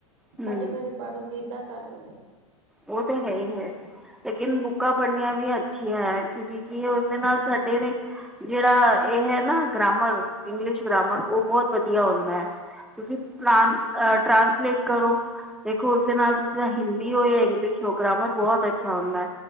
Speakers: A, on the right (about 70°); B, in the centre.
A: ਸਾਡੇ
B: ਹੂੰ
A: ਤੋਂ ਨੀ ਪੜ ਹੁੰਦੀ ਏਦਾਂ ਕਰ ਦੇਂਦੇ।
B: ਓ ਤਾਂ ਹੈ ਹੀ ਹੈ ਲੇਕਿਨ ਬੁੱਕਾਂ ਪੜਨੀਆਂ ਵੀ ਅੱਛੀਆਂ ਐ ਕਿਉਂਕਿ ਕੀ ਉਸਦੇ ਨਾਲ ਸਾਡੇ ਨੇ ਜੇੜਾ ਏ ਹੈ ਨਾ ਗ੍ਰਾਮਰ ਇੰਗਲਿਸ਼ ਗ੍ਰਾਮਰ ਓ ਬੋਤ ਵਦੀਆ ਹੁੰਦਾ ਐ। ਤੁਸੀਂ ਟਰਾਂਸ ਅ ਟ੍ਰਾਂਸਲੇਟ ਕਰੋ ਦੇਖੋ ਉਸਦੇ ਨਾਲ ਤੁਸੀਂ ਹਿੰਦੀ ਹੋ ਜਾਂ- ਇੰਗਲਿਸ਼ ਹੋ ਗ੍ਰਾਮਰ ਬੋਤ ਅੱਛਾ ਹੁੰਦਾ ਐ,